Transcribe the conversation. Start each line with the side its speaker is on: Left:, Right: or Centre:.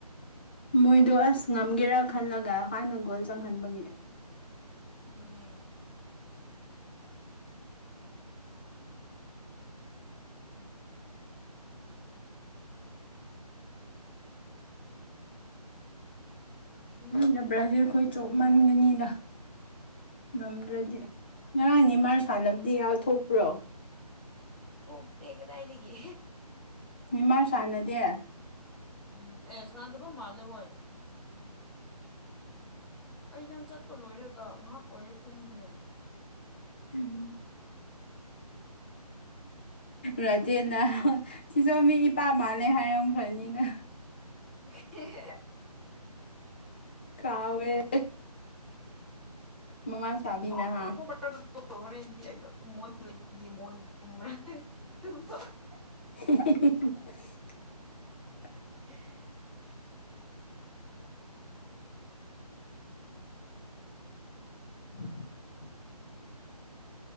Left: ꯃꯣꯏꯗꯣ ꯑꯁ ꯉꯝꯒꯦꯔꯥ ꯈꯜꯂꯒ ꯍꯥꯟꯅ ꯒꯣꯜ ꯆꯪꯍꯟꯕꯒꯤ
Centre: ꯙꯅꯦ ꯎꯝ
Left: ꯂꯕ꯭ꯔꯥꯗꯤ
Centre: ꯑꯅꯨꯛꯀꯨ
Left: ꯑꯩꯈꯣꯏ ꯆꯣꯞ ꯃꯟꯒꯅꯤꯗ
Centre: ꯍꯥꯏꯅ
Left: ꯉꯝꯗ꯭ꯔꯗꯤ ꯉꯔꯥꯡ ꯅꯤ ꯃꯥꯥꯟ ꯁꯥꯟꯅꯕꯗꯤ ꯌꯥꯊꯣꯛꯄ꯭ꯔꯣ
Centre: ꯊꯣꯛꯇꯦ ꯀꯗꯥꯏꯗꯒꯤ
Left: ꯃꯥ ꯁꯥꯟꯅꯗꯦ
Centre: ꯎꯝ ꯑꯦ ꯁꯥꯟꯅꯗꯕ ꯃꯥꯜꯂꯦ ꯍꯣꯏ ꯑꯩ ꯅꯪ ꯆꯠꯄ ꯂꯣꯏꯔꯒ ꯉꯥꯏꯍꯥꯛ ꯑꯣꯏꯔ ꯇꯨꯝꯈ꯭ꯔꯦ
Left: ꯎꯝ ꯔꯆꯦꯟꯅ ꯁꯤꯁꯨ ꯃꯤ ꯏꯄꯥ ꯃꯥꯜꯂꯦ ꯍꯥꯏꯔꯝꯈ꯭ꯔꯅꯤꯅ
Centre: ꯍ <unintelligible>
Left: ꯀꯥꯎꯌꯦ ꯃꯃ ꯁꯥꯕꯤꯅꯍ
Centre: ꯐꯣꯝ ꯐꯣꯝꯃꯔ ꯍꯣꯔꯦꯟꯗꯤ ꯑꯩꯩꯅꯣ ꯃꯣꯟ ꯂꯩꯕꯒꯤ ꯃꯣꯟ ꯇꯨꯝꯕ꯭ꯔꯥ ꯇꯨꯝꯊꯣꯛ <unintelligible>
Left: <inaudible>
Centre: <inaudible>
Left: <inaudible>